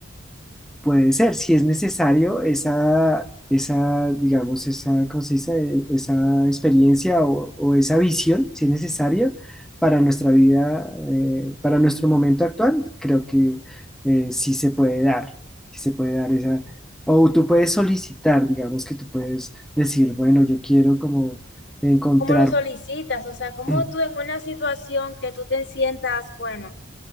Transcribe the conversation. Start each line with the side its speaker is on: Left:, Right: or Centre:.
Centre: Puede ser, si es necesario, esa, esa, digamos, esa, ¿cómo se dice? E- Esa experiencia o, o esa visión, si es necesario, para nuestra vida, eh, para nuestro momento actual, creo que eh, sí se puede dar, sí se puede dar esa, o tú puedes solicitar, digamos que tú puedes decir, bueno, yo quiero como encontrar,
Left: cómo lo solicitas, o sea, cómo
Centre: <clears throat>
Left: tú en una situación que tú te sientas, bueno,